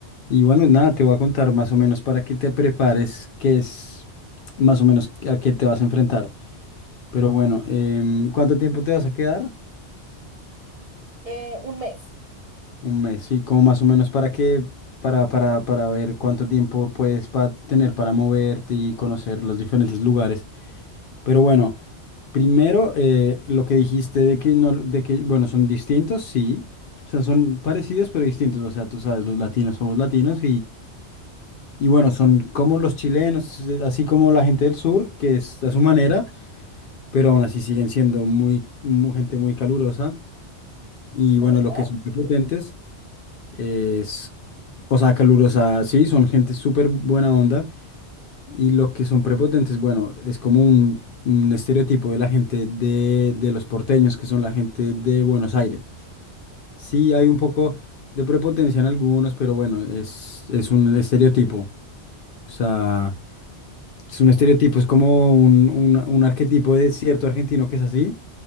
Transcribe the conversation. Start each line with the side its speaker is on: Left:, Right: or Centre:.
Left: Y bueno, nada, te voy a contar más o menos para que te prepares, qué es más o menos a qué te vas a enfrentar. Pero bueno, em, ¿cuánto tiempo te vas a quedar?
Right: Eh, un mes,
Left: Un mes, sí, como más o menos para que, para, para, para ver cuánto tiempo puedes pa- tener para moverte y conocer los diferentes lugares. Pero bueno, primero eh, lo que dijiste de que no, de que, bueno, son distintos, sí. O sea, son parecidos pero distintos. O sea, tú sabes, los latinos somos latinos Y bueno, son como los chilenos, eh, así como la gente del sur, que es a su manera, pero aún así siguen siendo muy, mu- gente muy calurosa. Y
Right: ¿de
Left: bueno,
Right: verdad?
Left: lo que son prepotentes es, o sea, calurosa, sí, son gente súper buena onda. Y lo que son prepotentes, bueno, es como un, un estereotipo de la gente de, de los porteños, que son la gente de Buenos Aires. Sí, hay un poco de prepotencia en algunos, pero bueno, es, es un estereotipo. O sea. Es un estereotipo, es como un, un- un arquetipo de cierto argentino que es así,